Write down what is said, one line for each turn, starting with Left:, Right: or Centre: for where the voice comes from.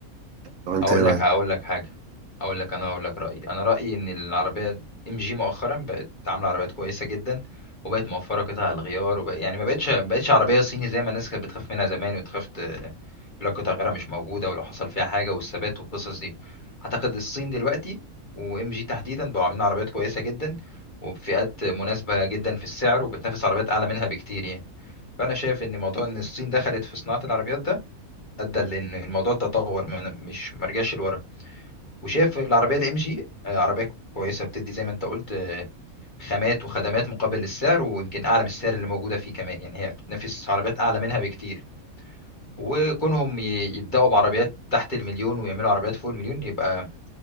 Right: طب أنت
Left: اقول
Right: إيه رأيك؟
Left: لك هقول لك حاجه اقول لك انا اقول لك رايي انا رايي ان العربيه ام جي مؤخرا بقت عامله عربيات كويسه جدا وبقت موفره قطع الغيار وبقى يعني ما بقتش ما بقتش عربيه صيني زي ما الناس كانت بتخاف منها زمان وتخاف ت- يقول لك قطع غيارها مش موجوده ولو حصل فيها حاجه والثبات والقصص دي اعتقد الصين دلوقتي وام جي تحديدا بقوا عاملين عربيات كويسه جدا وبفئات مناسبه جدا في السعر وبتنافس عربيات اعلى منها بكتير يعني فانا شايف ان موضوع ان الصين دخلت في صناعه العربيات ده ادى لان الموضوع تطور من مش مرجعش لورا وشاف العربيه الام جي عربيه كويسه بتدي زي ما انت قلت آه، خامات وخدمات مقابل السعر ويمكن اعلى من السعر اللي موجوده فيه كمان يعني هي بتنافس عربيات اعلى منها بكتير وكونهم ي- يبداوا بعربيات تحت المليون ويعملوا عربيات فوق المليون يبقى